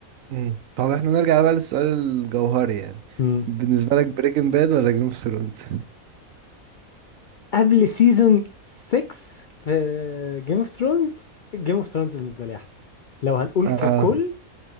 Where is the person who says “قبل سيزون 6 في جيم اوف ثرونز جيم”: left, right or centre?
Left